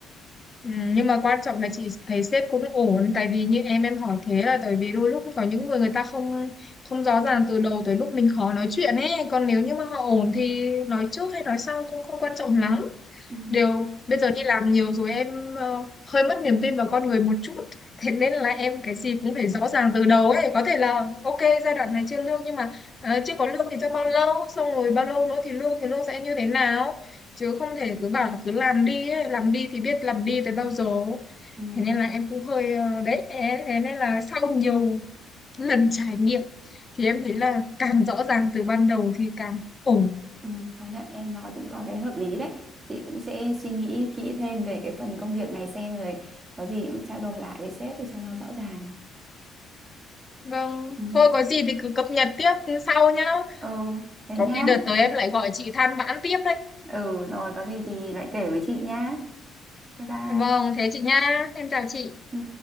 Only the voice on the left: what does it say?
Ừ, nhưng mà quan trọng là chị thấy sếp cũng ổn tại vì như em em hỏi thế là tại vì đôi lúc có những người người ta không không rõ ràng từ đầu tới lúc mình khó nói chuyện ấy còn nếu như mà họ ổn thì nói trước hay nói sau cũng không quan trọng lắm
Điều bây giờ đi làm nhiều rồi em ờ, hơi mất niềm tin vào con người một chút. Thế nên là em cái gì cũng phải rõ ràng từ đầu ấy. Có thể là ok giai đoạn này chưa lương nhưng mà ờ, chưa có lương thì trong bao lâu, xong rồi bao lâu nữa thì lương thì lương sẽ như thế nào. Chứ không thể cứ bảo là cứ làm đi ấy. Làm đi thì biết làm đi tới bao giờ.
Thế nên là em cũng hơi ờ, đấy. Thế thế nên là sau nhiều lần trải nghiệm thì em thấy là càng rõ ràng từ ban đầu thì càng ổn.
Vâng,
thôi có gì thì cứ cập nhật tiếp sau nhá.
Có
khi đợt tới em lại gọi chị than vãn tiếp đấy.
Vâng, thế chị nha. Em chào chị.